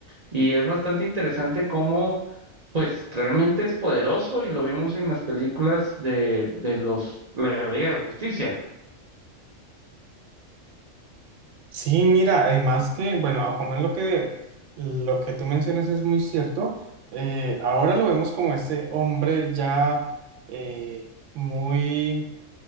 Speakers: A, on the right; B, on the right.
A: y es bastante interesante cómo, pues, realmente es poderoso y lo vimos en las películas de, de los, la de la Liga de la Justicia.
B: Sí, mira, además que, bueno, Aquaman lo que, lo que tú mencionas es muy cierto. Eh, ahora lo vemos como ese hombre ya eh, muy,